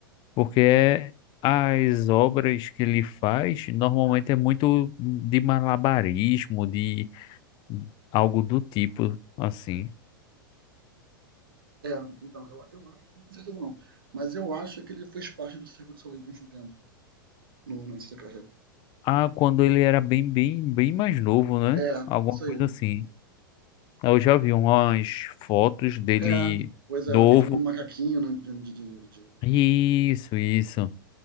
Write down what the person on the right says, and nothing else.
É, então, eu, eu acho, não tenho certeza não, mas eu acho que ele fez parte do Circo de Soleil durante um tempo, no no início da carreira.
É,
isso
aí.
É, pois
é, ele com um macaquinho, né, de, de, de- de-